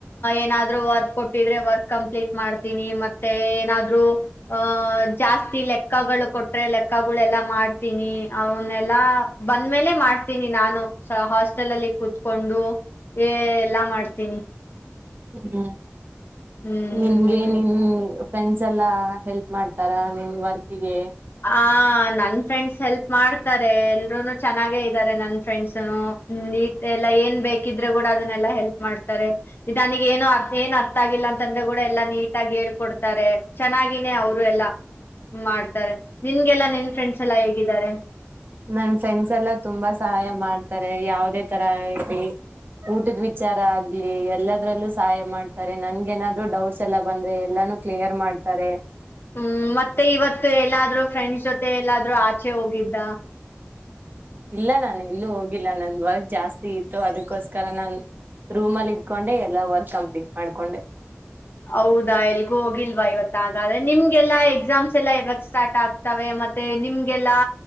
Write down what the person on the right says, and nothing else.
ಹ್ಮ್
ನಿಮಗೆ ನಿನ್ ಫ್ರೆಂಡ್ಸ್ ಎಲ್ಲಾ ಹೆಲ್ಪ್ ಮಾಡ್ತಾರ ನಿಮ್ ವರ್ಕ್ ಗೆ
ನನ್ ಫ್ರೆಂಡ್ಸ್ ಎಲ್ಲ ತುಂಬಾ ಸಹಾಯ ಮಾಡ್ತಾರೆ ಯಾವದೇ ತರ ಆಗ್ಲಿ ಊಟದ ವಿಚಾರ ಆಗ್ಲಿ ಎಲ್ಲದರಲ್ಲೂ ಸಹಾಯ ಮಾಡ್ತಾರೆ ನನ್ ನಾದ್ರು ಡೌಟ್ಸ್ ಎಲ್ಲ ಬಂದ ಎಲ್ಲಾನು ಕ್ಲಿಯರ್ ಮಾಡ್ತಾರೆ
ಇಲ್ಲ ನಾನು ಎಲ್ಲೂ ಹೋಗಿಲ್ಲ ನನ್ ವರ್ಕ್ ಜಾಸ್ತಿ ಇತ್ತು ಅದಕ್ಕೋಸ್ಕರ ರ ನನ್ ರೂಮ್ ಅಲ್ಲಿ ಇಟ್ಕೊಂಡೆ ಎಲ್ಲಾ ವರ್ಕ್ ಕಂಪ್ಲೀಟ್ ಮಾಡ್ಕೊಂಡೆ